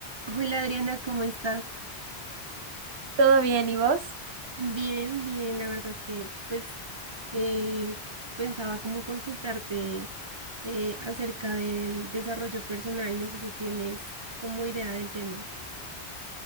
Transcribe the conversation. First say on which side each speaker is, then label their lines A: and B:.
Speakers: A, on the right; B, on the right.
A: Hola Adriana, ¿cómo estás?
B: ¿Todo bien? ¿Y vos?
A: Bien, bien, la verdad es que pues eh, pensaba como consultarte eh, acerca del desarrollo personal, no sé si tienes como idea del tema.